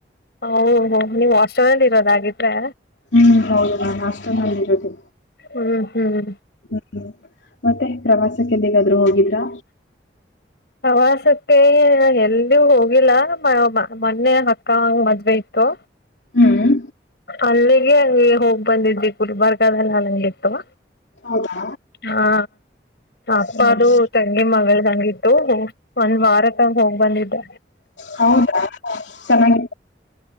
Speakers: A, on the left; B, on the left.
A: ಹ ನೀವು್ ಹಾಸ್ಟೆಲ್ ನಲ್ಲಿ <inaudible> ಇರೋದಾಗಿದ್ರೆ?
B: ಹ್ಮ್ ಹೌದು ನಾಮ್ ಅಷ್ಟೇ ನಲ್ಲಿ ಇರುದು
A: ಹ್ಮ್ ಹ್ಮ್
B: ಹ್ಮ್ ಮತ್ತೆ ಪ್ರವಾಸಕ್ಕೆಂದಿಗಾಧರು ಹೋಗಿದ್ರಾ
A: ಪ್ರವಾಸಕ್ಕೆ ಎಲ್ಲಿ ಹೋಗಿಲ್ಲ ಮೊನ್ನೆ ಅಕ್ಕ ಹಂಗ ಮದ್ವೆ ಇತ್ತು.
B: ಹ್ಮ್
A: ಅಲ್ಲಿಗೆಗೆ ಹೋಗ್ ಬಂದಿದ್ದಿ ಗುಲ್ಬರ್ಗಾದಲ್ಲ ಅಲ್ಲಂಗ ಇತ್ತುವಾ.
B: ಹೌದಾ
A: ಹಾ ಅಪ್ಪ
B: ಹ್ಮ್
A: ಅದು ತಂಗಿ ಮಗಳದಂಗಿತ್ತು ಒಂದ್ ವಾರ ತಂಗ ಹೋಗ್ ಬಂದಿದ್ದ
B: ಹೌದಾ ಚೆನ್ನಾಗಿ